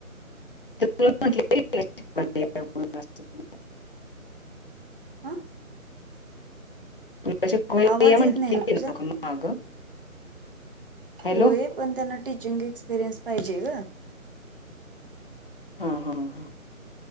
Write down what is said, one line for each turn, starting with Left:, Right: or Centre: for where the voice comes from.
Left: म्ह <unintelligible> प्रस्तत <unintelligible>
Right: हा.
Left: न आग <unintelligible> म्हटली
Right: आवाज येत नाही ग
Left: होती
Right: तुझा
Left: ना माग. हॅलो
Right: होय पण त्यांना टीचिंग एक्सपिरियन्स पाहिजे ग.
Left: हा हा ह